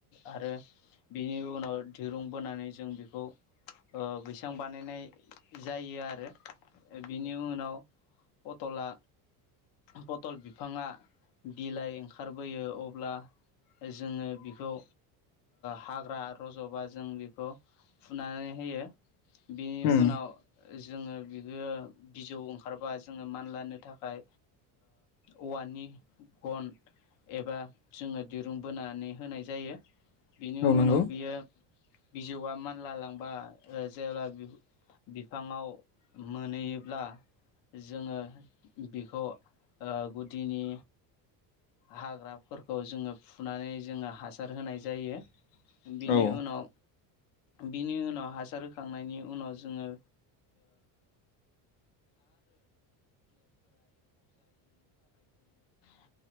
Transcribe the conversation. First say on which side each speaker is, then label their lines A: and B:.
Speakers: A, on the left; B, on the left.
A: आरो बेनि उनाव दिरुं बोनानै जों बेखौ बैसां बानायनाय जायो आरो बिनि उनाव पटला पटल बिफाङा बिलाइ ओंखारबोयो अब्ला जोङो बिखौ हाग्रा रज'बा जों बेखौ फुनानै होयो बेनि
B: औ
A: उनाव जोङो बिखौ बिजौ ओंखार बा जोङो मानलानो थाखाय औवानि गन एबा जोंङो दिरुं बोनानै होनाय जायो बिनि
B: औ
A: उनाव
B: नंगौ
A: बियो बिजौआ मानला लांबा जेब्ला बि बिफाङाव मोनहैयोब्ला जोंङो बेखौ गुदिनि हाग्राफोरखौ जोङो फुनानै जोङो हासार होनाय जायो बेनि
B: औ
A: उनाव बिनि उनाव हासार होखांनायनि उनाव जोंङो <inaudible>